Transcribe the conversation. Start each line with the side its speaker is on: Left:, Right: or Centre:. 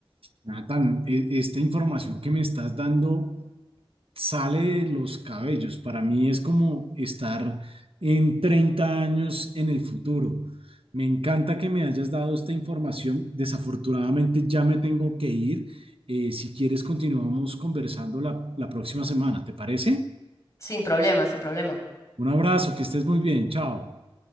Right: Nathan, e- esta información que me estás dando sale de los cabellos. Para mí es como estar en 30 años en el futuro. Me encanta que me hayas dado esta información. Desafortunadamente ya me tengo que ir. Eh, si quieres, continuamos conversando la la próxima semana, ¿te parece?
Left: Sin problema, sin problema.
Right: Un abrazo, que estés muy bien. Chao.